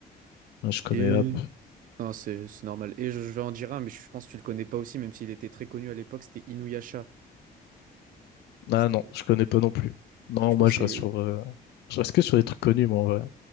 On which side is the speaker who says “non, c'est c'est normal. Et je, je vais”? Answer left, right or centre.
Right